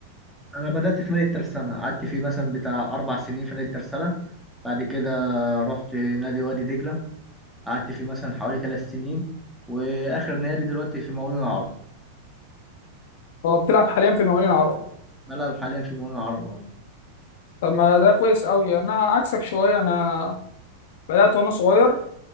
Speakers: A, in the centre; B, on the left (about 65°).
A: انا بدات في نادي الترسانه قعدت فيه مثلا بتاع اربع سنين في نادي الترسانه بعد كده رحت نادي وادي دجله قعدت فيه مثلا حوالي ثلاث سنين واخر نادي دلوقتي في المقاولون العرب
B: اه بتلعب حاليا في المقاولين العرب
A: بلعب حاليا في المقاولون العرب اه
B: طب ما ده كويس قوي انا عكسك شويه انا بدات وانا صغير